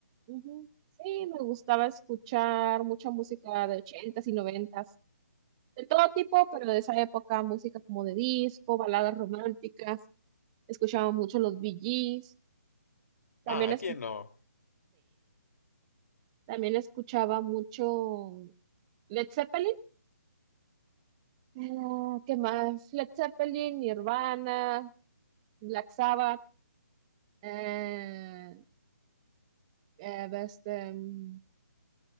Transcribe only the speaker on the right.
ujú, sí, me gustaba escuchar mucha música de ochentas y noventas. de todo tipo, pero de esa época, música como de disco, baladas románticas, escuchaba mucho los Bee Gees, también
escuché,
también escuchaba mucho Led Zeppelin, ah, ¿qué más? Led Zeppelin, Nirvana, Black Sabbath, eh, eh, este, mm,